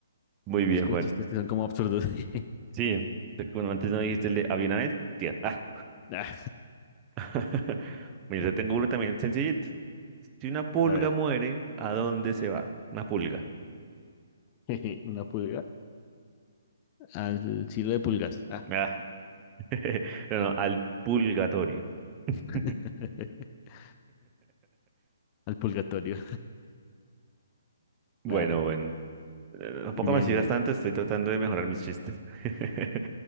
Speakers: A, on the right; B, on the left.
A: Muy
B: Esos
A: bien,
B: como
A: Juan.
B: chistes que son como absurdos. <laughs>
A: Sí, te- como antes no dijiste el de había una vez, tía. Ah.
B: Ah.
A: <laughs> Mira, yo tengo uno también sencillito. Si una pulga
B: <laughs> A ver.
A: muere, ¿a dónde se va? Una pulga.
B: <laughs> Una pulga. Al cielo de pulgas. Ah.
A: Ah, <laughs> No, no, al pulgatorio. <laughs>
B: <laughs> Al purgatorio.
A: Bueno,
B: Claro.
A: bueno. eh, Tampoco
B: Muy bien,
A: me sigas
B: muy bien.
A: tanto, estoy tratando de mejorar mis chistes. <laughs>